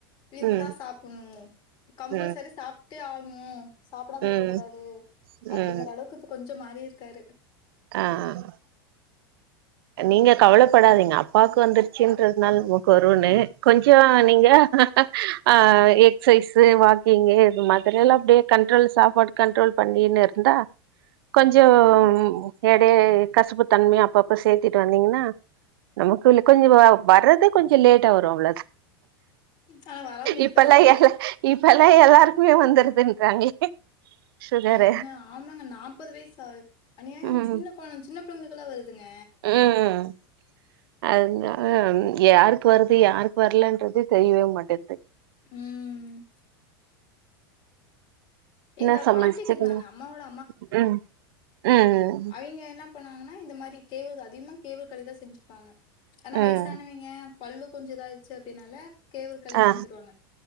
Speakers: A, on the left; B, on the right.
A: இதுதா
B: ம்
A: சாப்புணு கம்பல்சரி
B: ம்
A: சாப்ட்டே ஆகனு சாப்டாம
B: ம்
A: இருக்க கூடாது அப்டிங்கிற
B: ம்
A: அளவுக்கு கொஞ்சோ மாறி இருக்காரு
B: ஆ ஆ நீங்க கவலப்படாதீங்க அப்பாவுக்கு வந்துருச்சுன்றதுனால நமக்கு வருன்னு கொஞ்சோ நீங்க ஆ எக்ஸசைஸ் வாக்கிங்கு இது மாதிரி எல்லா அப்டியே கண்ட்ரோல் சாப்பாடு கண்ட்ரோல் பண்ணினு இருந்தா கொஞ்சம்
A: ம்.
B: இடைய கசுப்பு தன்மை அப்பப்ப சேர்த்திட்டு வந்தீங்கன்னா நமக்கு இன்னு கொஞ்ச
A: ம்.
B: வ வர்றது கொஞ்ச லேட்டா வரு அவ்ளதா
A: ஆனா வராம இருக்காது.
B: இப்பல்லா எ இப்பல்லா எல்லாருக்குமே வந்துருதுன்றாங்களே சுகரு
A: ஏங்க ஆமாங்க நாப்பது வயசா அனியாய
B: ம்
A: சின்ன கொழ சின்ன பிள்ளைங்களுக்கெல்லா வருதுங்க
B: ம் அதுனால யாருக்கு வருது யாருக்கு வரலன்றதே தெரியவே மாட்டிது
A: ம்
B: என்ன
A: எங்க
B: சமச்சிங்க
A: பாட்டிக்கு இருந்தாங்க.
B: ம்
A: அம்மாவோட
B: ம் ம்
A: இவுங்க என்ன பண்ணுவாங்கனா இந்த மாரி கேவ்று தா அதிகமா கேவ்று களிதா செஞ்சுப்பாங்க ஆனா
B: ம்
A: வயசானவிங்க பல்லு கொஞ்ச இதாயிருச்சு அப்டின்னால கேவ்று களி
B: ஆ
A: செஞ்சுருவாங்க